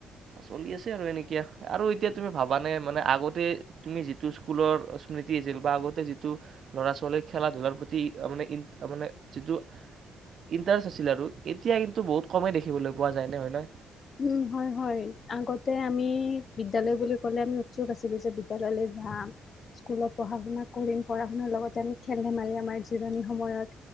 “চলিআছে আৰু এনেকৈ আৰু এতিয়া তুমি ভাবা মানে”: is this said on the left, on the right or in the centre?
Right